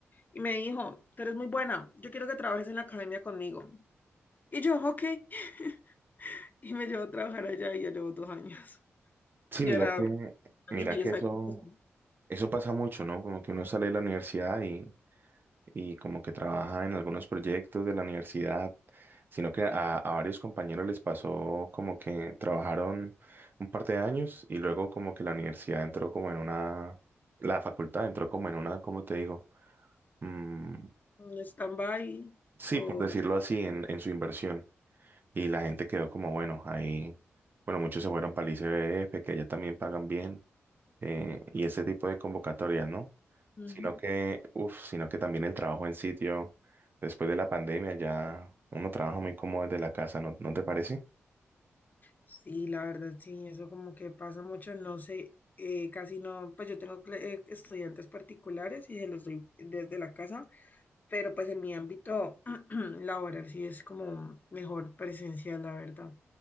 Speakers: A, on the left; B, on the right.
A: Y me dijo, tú eres muy buena, yo quiero que trabajes en la academia conmigo. Y yo, ok. <laughs> Y me llevó a trabajar allá y ya llevo dos años.
B: Sí,
A: Yo
B: mira
A: era
B: que,
A: una
B: mira
A: niña,
B: que
A: yo estaba
B: eso,
A: en
B: eso pasa mucho, ¿no? Como que uno sale de la universidad y y como que trabaja en algunos proyectos de la universidad, sino que a, a varios compañeros les pasó como que trabajaron un par de años y luego como que la universidad entró como en una, la facultad entró como en una, ¿cómo te digo? Mm,
A: en stand-by.
B: sí,
A: O...
B: por decirlo así, en, en su inversión. Y la gente quedó como, bueno, ahí, bueno, muchos se fueron para el ICBF, que allá también pagan bien, eh, y ese tipo de convocatorias, ¿no?
A: Ujú.
B: Sino que, uff, sino que también el trabajo en sitio, después de la pandemia ya uno trabaja muy cómodo desde la casa, ¿no, no te parece?
A: Sí, la verdad, sí, eso como que pasa mucho, no sé, eh, casi no, pues yo tengo cl- eh, estudiantes particulares y se los doy desde la casa, pero pues en mi ámbito <clears throat> laboral sí es como mejor presencial, la verdad.